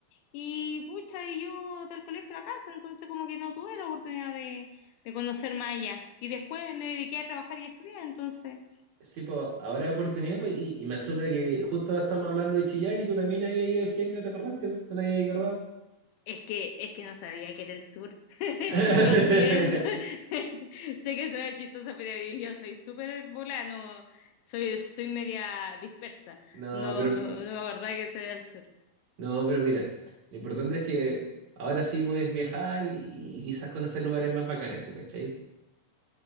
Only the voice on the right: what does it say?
sí, pues, ahora oportunidad, pues, y, y me asombra que justo estamos hablando de Chillán y tú también habías ido a Chillán y no te acordaste, po, no te habías acordado.
<laughs>
No,
pero,
no, pero mira, lo importante es que ahora sí puedes viajar y, y quizás conocer lugares más bacanes, pues, ¿cachai?